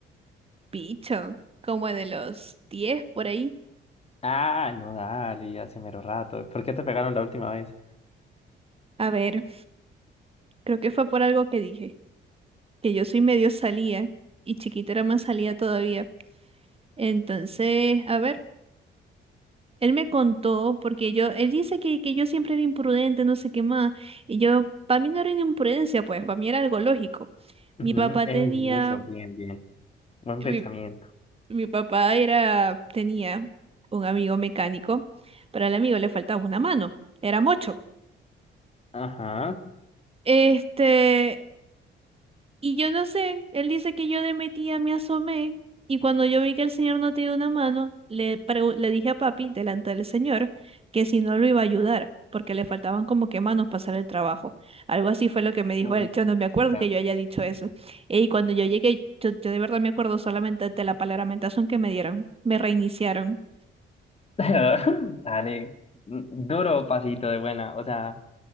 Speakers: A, on the right (about 30°); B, on the left (about 30°).
A: picho, como de los 10 por ahí.
B: Ah, no, dale, hace mero rato. ¿Por qué te pegaron la última vez?
A: A ver. Creo que fue por algo que dije, que yo soy medio salía y chiquita era más salía todavía. Entonces, a ver, él me contó, porque yo, él dice que, que yo siempre era imprudente, no sé qué más, y yo, para mí no era una imprudencia, pues, para mí era algo lógico.
B: Ujú,
A: Mi papá
B: ey,
A: tenía,
B: eso, bien, bien. Buen
A: mi,
B: pensamiento.
A: mi papá era, tenía un amigo mecánico, pero al amigo le faltaba una mano, era mocho.
B: Ajá.
A: Este, Y yo no sé, él dice que yo de metida me asomé y cuando yo vi que el señor no tenía una mano, le, pregu- le dije a papi delante del señor que si no lo iba a ayudar, porque le faltaban como que manos para hacer el trabajo. Algo así fue lo que me dijo
B: Uy,
A: él. Yo no me acuerdo
B: ya.
A: que yo haya dicho eso. Y cuando yo llegué, yo, yo de verdad me acuerdo solamente de la palaramentación que me dieron. Me reiniciaron.
B: <laughs> Dale, mm, duro pasito de buena, o sea,